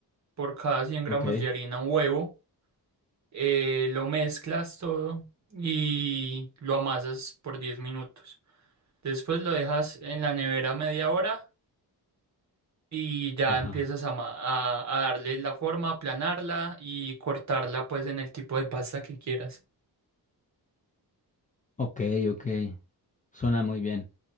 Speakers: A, on the right; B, on the left.
A: Por cada cien gramos
B: Ok.
A: de harina, un huevo. eh, lo mezclas todo y lo amasas por 10 minutos. Después lo dejas en la nevera media hora y ya
B: Ajá.
A: empiezas a, ma- a, a darle la forma, aplanarla y cortarla pues en el tipo de pasta que quieras.
B: Ok, ok. Suena muy bien.